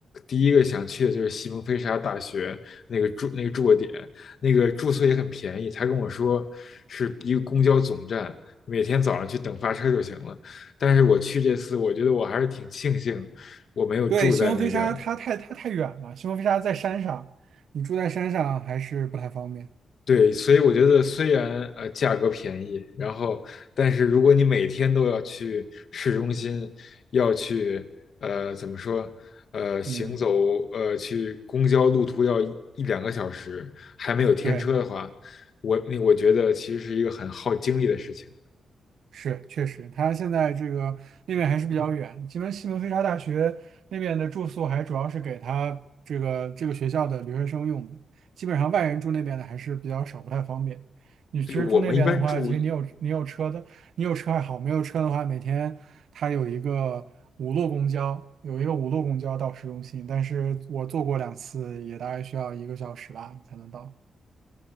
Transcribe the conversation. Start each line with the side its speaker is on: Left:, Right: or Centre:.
Left: 第一个想去的就是西蒙菲沙大学那个住那个住的点，那个住宿也很便宜。他跟我说是一个公交总站，每天早上去等发车就行了。但是我去这次，我觉得我还是挺庆幸我没有住在那个
Right: 对，西蒙飞沙它太太太远了，西蒙飞沙在山上，你住在山上还是不太方便。
Left: 对，所以我觉得虽然呃价格便宜，然后但是如果你每天都要去市中心，要去呃怎么说呃行走呃去公交路途要一一两个小时，
Right: 嗯，
Left: 还没有天车的话，
Right: 对。
Left: 我那我觉得其实是一个很耗精力的事情。
Right: 是，确实，他现在这个那边还是比较远，西门西门菲沙大学那边的住宿还主要是给他这个这个学校的留学生用的，基本上外人住那边的还是比较少，不太方便。你其实住那边的话，
Left: 对，我们一般住，
Right: 其实你有你有车的，你有车还好，没有车的话，每天他有一个五路公交，有一个五路公交到市中心，但是我坐过两次，也大概需要一个小时吧才能到。